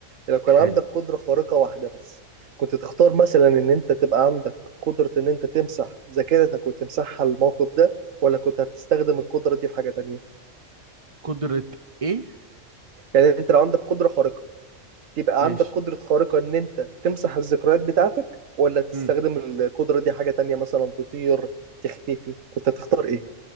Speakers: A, on the right; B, on the right.
A: لو كان
B: حلو
A: عندك قدرة خارقة واحدة بس كنت تختار مثلا ان انت تبقى عندك قدرة ان انت تمسح ذاكرتك وتمسحها الموقف ده ولا كنت هتستخدم القدرة دي في حاجة تانية
B: قدرة ايه
A: يعني انت لو عندك قدرة خارقة تبقى
B: ماشي
A: عندك قدرة خارقة ان انت تمسح الذكريات بتاعتك ولا تستخدم
B: مم.
A: القدرة دي حاجة تانية مثلا تطير تختفي كنت هتختار ايه؟